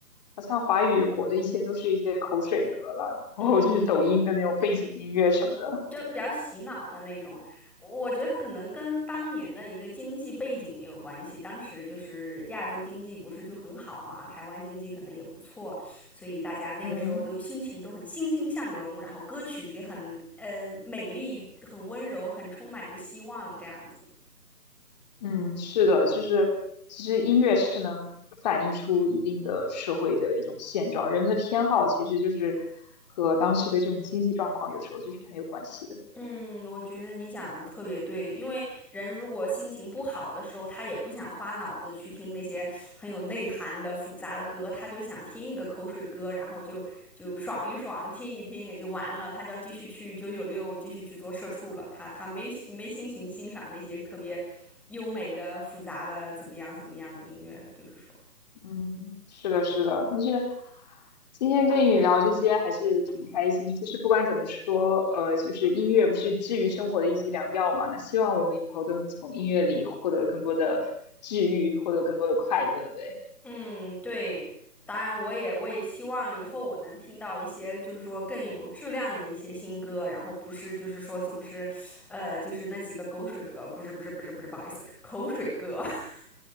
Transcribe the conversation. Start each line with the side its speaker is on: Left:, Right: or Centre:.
Left: 好像华语火的一些都是一些口水歌了，然后就是抖音的那种背景音乐什么的。
Centre: 嗯。就比较洗脑的那种。我觉得可能跟当年的一个经济背景也有关系，当时就是亚洲经济不是就很好嘛，台湾经济可能也不错，所以大家那个时候就心情都很欣欣向荣，
Left: 嗯
Centre: 然后歌曲也很呃美丽、很温柔、很充满着希望这样子。
Left: 嗯，是的，就是其实音乐是能反映出一定的社会的一种现状，人们的偏好其实就是和当时的这种经济状况有时候就是很有关系的。
Centre: 嗯，我觉得你讲的特别对，因为人如果心情不好的时候，他也不想花脑子去听那些很有内涵的复杂的歌，他就想听一个口水歌，然后就就爽一爽，听一听也就完了。他就要继续去九九六，继续去做社畜了。他他没没心情欣赏那些特别优美的、复杂的怎么样怎么样的音乐了，就是说，
Left: 嗯，是的，
Centre: 嗯。
Left: 是的，但是今天跟你聊这些还是挺开心。就是不管怎么说，呃，就是音乐不是治愈生活的一剂良药嘛。那希望我们以后都能从音乐里获得更多的治愈，获得更多的快乐。对，
Centre: 嗯，对，当然我也我也希望以后我能听到一些就是说更有质量的一些新歌，然后不是就是说总是，呃，就是那几个狗水歌，不是不是不是不是，不好意思，口水歌。<laughs>